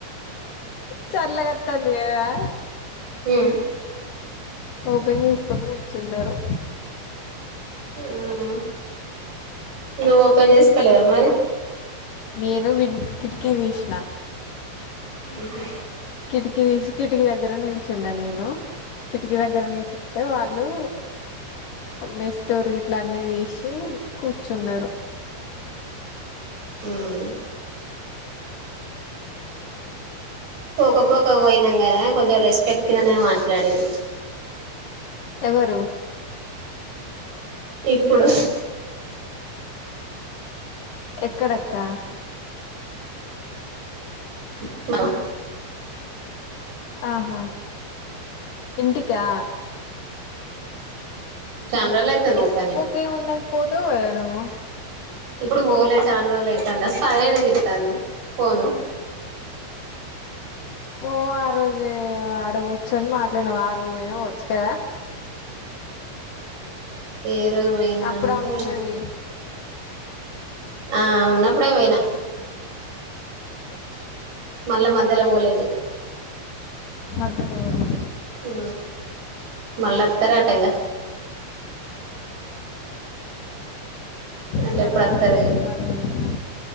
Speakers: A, on the left (about 65°); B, on the right (about 55°).
A: చల్లగత్తాంది కదా
B: హూ
A: ఓపెన్ చేసుకొని కూర్చున్నారు
B: అవునా నువ్వు ఓపెన్ చేసుకోలేదా మరి
A: నేనూ విన్ కిటికీ తీసినా
B: ఊహూ
A: కిటికీ తీసి కిటికీ దగ్గర నిల్చున్నా నేను కిటికీ దగ్గర నిల్చుంటే వాళ్ళు మెస్ డోర్ ఇట్లా అన్నీ తీసి కూర్చున్నారు
B: ఉమ్ పోకపోక పోయినాం కదా కొంచెం రెస్పెక్ట్ గానే మాట్లాడింది
A: ఎవరు
B: ఇప్పుడు
A: ఎక్కడక్క
B: <unintelligible>
A: ఆహా ఇంటికా
B: చానా రోజులు ఐతుంది పోక నేను
A: కేం ఉన్నది పోతవు కదా నువ్వు
B: ఇప్పుడుకు ఓలే చానా రోజులైతాంది అస్ <unintelligible> ఏడ తిరుతాంది పోను
A: ఓ ఆ రోజే ఆడ గుర్చొని మాట్లాడినావు ఆ రోజు పోయినావొచ్చు కదా
B: ఏ రోజు పొయ్యిన్నంటే
A: అప్పుడా ఉన్నది
B: ఆ ఉన్నప్పుడే పోయినా మళ్ళ మధ్యల వోలే ఇగ
A: మధ్యల వోలే
B: ఆ మళ్ళత్తరాట ఇగ
A: ఇగ
B: మళ్ళీ
A: వాళ్ళ
B: ఎప్పుడు
A: నానా
B: అత్తరో
A: హెల్త్
B: ఇగ
A: బాల్ దేనా